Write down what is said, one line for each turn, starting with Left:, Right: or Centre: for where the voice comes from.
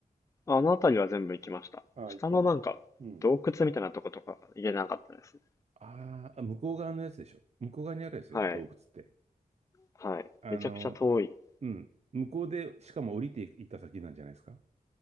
Left: あの辺りは全部行きました。
Right: ああ、
Left: 下のなんか、
Right: 行ったんで。うん。
Left: 洞窟みたいなとことか行けなかったですね。
Right: ああ、向こう側のやつでしょ。向こう側にあるやつでしょ、
Left: はい。
Right: 洞窟って。
Left: はい。
Right: あの、
Left: めちゃくちゃ遠い。
Right: うん。向こうで、しかも降りてい行った先なんじゃないですか。